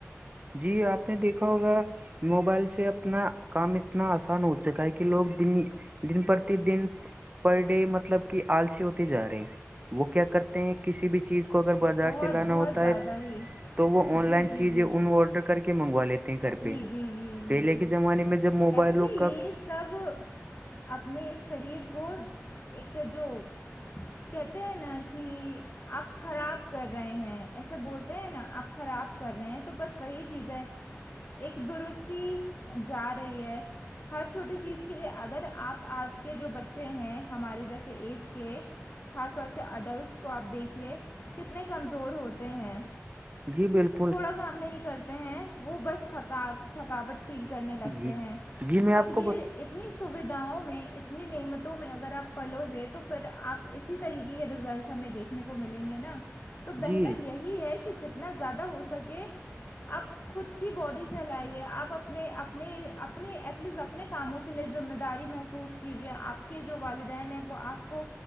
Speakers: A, on the right; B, on the left.
A: جی آپ نے دیکھا ہوگا موبائل سے اپنا کام اتنا آسان ہو چکا ہے کہ لوگ دن دن پر دن پر ڈے مطلب کہ آلسی ہوتے جا رہے ہیں وہ کیا کرتے ہیں کسی بھی چیز اگر بازار
B: بہت
A: سے لانا
B: بہت
A: ہوتا
B: زیادہ
A: ہے
B: ہی
A: تو وہ آن
B: جی
A: لائن
B: جی
A: چیزیں
B: جی
A: ان آڈر کر کے منگوا لیتے ہیں گھر
B: جی
A: پہ
B: جی جی جی
A: پہلے
B: جی
A: کے زمانے میں جب موبائلوں
B: اس لیے
A: کا
B: یہ سب اپنے شریر کو ایک جو کہتے ہیں نا کہ آپ خراب کر رہے ہیں ایسے بولتے ہیں نا آپ خراب کر رہے ہیں تو بس وہی چیز ہے ایک درستی جا رہی ہے ہر چھوٹی چیز کے لیے اگر آپ آج کے جو بچے ہیں ہمارے جیسے ایج کے خاص طور سے اڈلٹس کو آپ دیکھیے کتنے کمزور ہوتے ہیں
A: جی بالکل
B: تھوڑا کام نہیں کرتے ہیں وہ بس تھکا تھکاوٹ فیل کرنے لگتے
A: جی
B: ہیں
A: جی میں آپ
B: اب
A: کو
B: یہ
A: بت
B: اتنی سویدھاؤں میں اتنی نعمتوں میں اگر آپ پلو گے تو پھر آپ اسی طریقے کے رزلٹ ہمیں دیکھنے کو ملیں گے نا تو بہتر
A: جی
B: یہی ہے کہ جتنا زیادہ ہو سکے آپ خود کی باڈی چلائیے آپ اپنے اپنے اپنے ایٹ لیسٹ اپنے کاموں کے لیے ذمہ داری محسوس کیجیے آپ کے جو والدین ہیں وہ آپ کو